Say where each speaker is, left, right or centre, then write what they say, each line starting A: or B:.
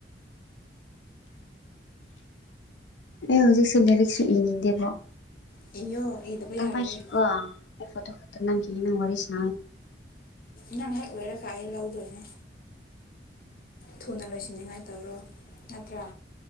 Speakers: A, on the left (about 80°); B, on the left (about 50°).
A: ꯑꯦ ꯍꯧꯖꯤꯛꯁꯦ ꯂꯥꯏꯔꯤꯛꯁꯨ ꯏꯅꯤꯡꯗꯦꯕꯣ
B: ꯏꯌꯣ ꯏꯗꯕ
A: ꯇ
B: ꯌꯥꯔꯣꯏꯌꯦ
A: ꯄꯥꯏꯀꯣ ꯐꯇꯣ ꯈꯠꯇ ꯀ ꯋꯥꯔꯤꯁꯣ
B: ꯅꯪ ꯍꯦꯛ ꯑꯣꯏꯔꯒꯑꯦ ꯂꯧꯗꯣꯏꯅꯦ ꯊꯨꯅ ꯂꯣꯏꯁꯤꯟꯅꯤꯡꯉꯥꯏ ꯇꯧꯔꯣ ꯅꯠꯇ꯭ꯔꯥ